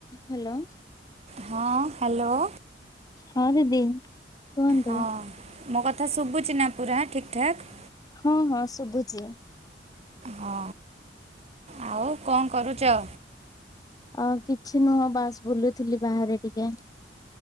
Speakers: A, on the left (about 20°); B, on the right (about 35°).
A: Hello.
B: ହଁ hello.
A: ହଁ ଦିଦି। କୁହନ୍ତୁ
B: ହଁ ମୋ କଥା ଶୁଭୁଚି ନା ପୁରା ଠିକ୍ ଠାକ୍?
A: ହଁ ହଁ ଶୁଭୁଛି।
B: ହଁ ଆଉ କଣ କରୁଛ?
A: ଅ କିଛି ନୁହଁ ବାସ୍ ବୁଲୁଥିଲି ବାହାରେ ଟିକେ।